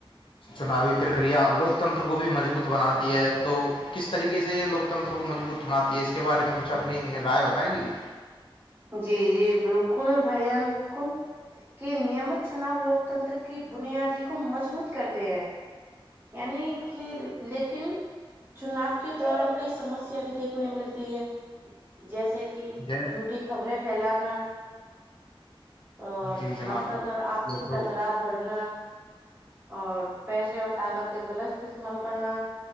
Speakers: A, on the left; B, on the right.
A: چناوی پرکریا لوکتنتر کو بھی مضبوط بناتی ہے تو کس طریقے سے یہ لوکتنتر کو مضبوط بناتی ہے اس کے بارے میں کچھ اپنی رائے بتائیں گی یہ
B: جی جی بالکل بھائی جان بالکل کے نیمت چناؤ لوکتنتر کی بنیادی کو مضبوط کرتے ہیں یعنی کہ لیکن چناؤ کے دوران کئی سمسیا بھی دیکھنے ملتی ہیں جیسے کہ
A: یہ
B: چھوٹی خبریں پھیلانا اور
A: جی جناب
B: نفرت اور آپسی
A: یہ تو
B: تکرار بڑھنا اور پیسے اور طاقت کا گغلط استعمال کرنا